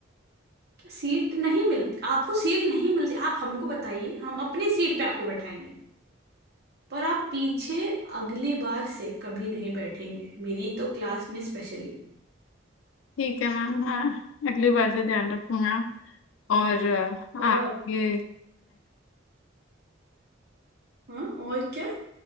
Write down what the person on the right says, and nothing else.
सीट नहीं मिलती आपको सीट नहीं मिलती आप हमको बताइए हम अपनी सीट पे आपको बैठाएंगे पर आप पीछे अगली बार से कभी नहीं बैठेंगे मेरी तो क्लास में स्पेशली
और
हाँ और क्या